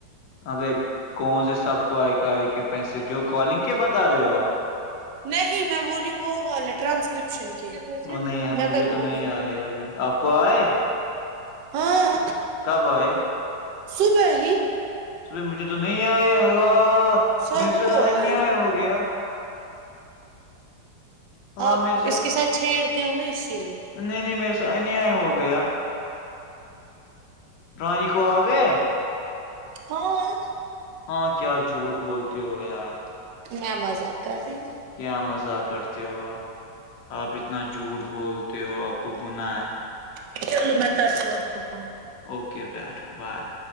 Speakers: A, on the left; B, on the right.
A: اب ایک کون سے سب کو آئے کئے کے پیسے جو کالنگ کے بتا رہے ہو آپ
B: نہیں میں وہولی وہ والا ہے ٹرانسکرپٹ
A: وہ نہیں ہم
B: میں
A: مجھے
B: کر ل
A: تو نہیں
B: گی
A: آئے ابھی آپ کو آئے
B: ہاں
A: کب ہے
B: صبح ہی
A: صبائی مجھے تو نہیں آئے ہال
B: سب
A: میرے سے
B: کو
A: انیا
B: آئے
A: ہو گیا اللہ
B: آپ
A: میرے
B: اس کے ساتھ چھیڑتے ہو نا اسی لیے
A: نہیں نہیں میرے سے انیا ہو گیا رانی کو آگے
B: ہاں
A: ہاں کیا جھوٹ بولتے ہو یار
B: میں مزہ کر رہی ہوں
A: کیا مزہ کرتے ہو آپ آپ اتنا جھوٹ بولتے ہو آپ کو گناہ
B: ا بول میکا آ کون
A: اوکے بیٹھو بائے